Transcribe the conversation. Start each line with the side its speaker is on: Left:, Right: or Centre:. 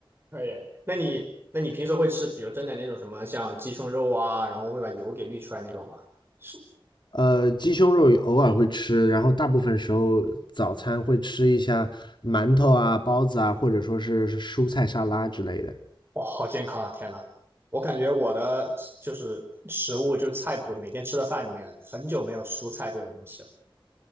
Right: 可以。那你那你平时会吃，比如蒸的那种什么，像鸡胸肉啊，然后会把油给滤出来那种吗？是，
Left: 呃，鸡胸肉偶尔会吃，然后大部分时候早餐会吃一下馒头啊、包子啊，或者说是蔬菜沙拉之类的。
Right: 哦，好健康啊！天呐，我感觉我的就是食物，就是菜谱，每天吃的饭里面很久没有蔬菜这种东西了。